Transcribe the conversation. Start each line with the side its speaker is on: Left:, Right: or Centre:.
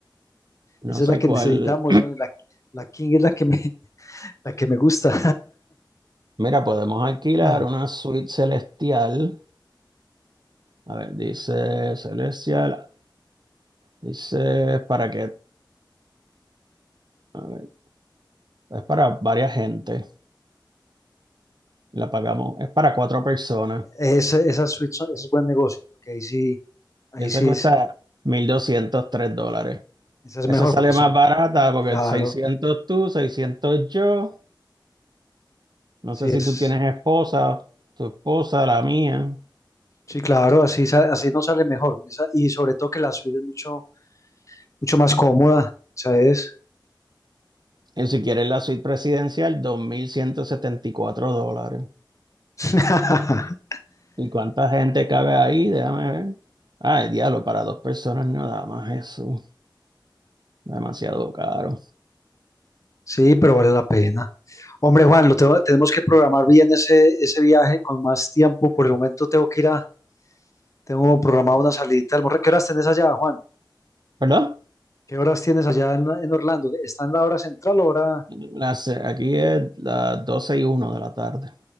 Right: No
Left: Esa
Right: sé
Left: es la que
Right: cuál.
Left: necesitamos, ¿no? La, la king es la que me, <laughs> la que me gusta.
Right: Mira, podemos alquilar
Left: <laughs>
Right: una suite celestial. A ver, dice celestial, dice para que, a ver, es para varias gente. La pagamos, es para cuatro personas.
Left: Esa, esas suites son- es buen negocio, porque ahí sí, ahí
Right: Esa
Left: sí,
Right: cuesta
Left: es-
Right: 1.203 dólares.
Left: esa es
Right: Esa
Left: mejor,
Right: sale
Left: porque
Right: más
Left: son,
Right: barata porque
Left: claro,
Right: 600 tú, 600 yo. No
Left: sí
Right: sé
Left: es,
Right: si tú tienes esposa, tu esposa, la mía.
Left: sí, claro, así, sa- así no sale mejor. Esa- y sobre todo que la suite es mucho, mucho más cómoda, ¿sabes?
Right: Y si quieres la suite presidencial, 2.174 dólares.
Left: <laughs>
Right: ¿Y cuánta gente cabe ahí? Déjame ver. Ay, diablo, para dos personas nada más eso. Demasiado caro.
Left: Sí, pero vale la pena. Hombre, Juan, lo tengo- tenemos que programar bien ese, ese viaje con más tiempo. Por el momento tengo que ir a, tengo programado una salidita. de almuerzo. ¿Qué horas tenés allá, Juan?
Right: ¿Perdón?
Left: ¿Qué horas tienes allá en, en Orlando? ¿Está en la hora central o hora?
Right: Las- aquí es las 12 y uno de la tarde.